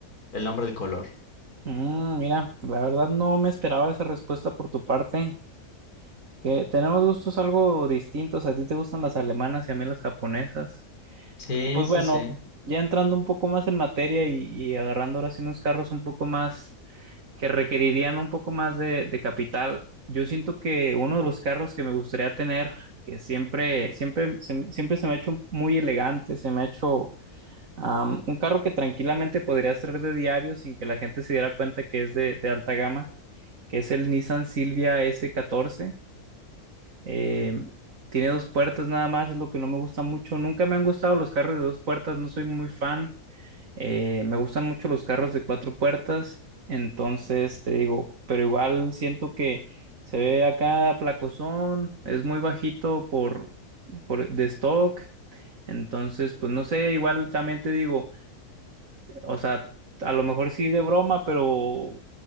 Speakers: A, on the left; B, on the right.
A: el nombre del color.
B: Mm, mira, la verdad no me esperaba esa respuesta por tu parte, que tenemos gustos algo distintos. A ti te gustan las alemanas y a mí las japonesas.
A: Sí,
B: Pues
A: sí,
B: bueno,
A: sí.
B: ya entrando un poco más en materia y, y agarrando ahora sí unos carros un poco más que requerirían un poco más de, de capital. Yo siento que uno de los carros que me gustaría tener, que siempre, siempre, se- siempre se me ha hecho muy elegante, se me ha hecho am, un carro que tranquilamente podría ser de diario sin que la gente se diera cuenta que es de, de alta gama, que es el Nissan Silvia s catorce. Eh, tiene dos puertas nada más, es lo que no me gusta mucho. Nunca me han gustado los carros de dos puertas, no soy muy fan. Eh, me gustan mucho los carros de cuatro puertas, entonces te digo, pero igual siento que se ve acá placosón, es muy bajito por, por de stock, entonces pues no sé, igual también te digo, o sea, a lo mejor sí de broma, pero